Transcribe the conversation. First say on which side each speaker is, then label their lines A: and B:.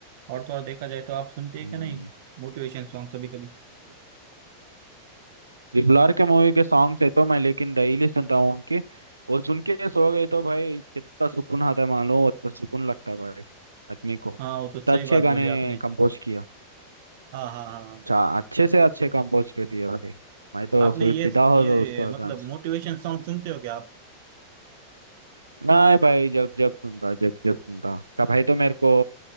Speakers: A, on the right; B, on the right.
A: और तो और देखा जाए तो आप सुनते
B: हम्म,
A: हैं क्या नहीं मोटिवेशन सॉन्ग कभी कभी
B: ट्रिपल के मूवी के सॉन्ग्स है तो मैं लेकिन डेली सुनता हूँ उनके और सुन के सो गए तो भाई कितना सुकून आता है मालूम उतना सुकून लगता है भाई आदमी को
A: हाँ वो तो सही
B: तो अच्छे
A: बात
B: गाने
A: बोली आपने
B: कंपोज किया
A: हाँ हाँ हाँ हाँ।
B: अच्छा अच्छे से अच्छे कंपोज कर दिया भाई मैं तो
A: आपने
B: फुल
A: ये
B: फिदा हो
A: ये
B: तो उस पर
A: मतलब
B: गान से।
A: मोटिवेशन सॉन्ग सुनते हो क्या आप
B: नहीं भाई जब जब सुनता जब जब सुनता का भाई तो मेरे को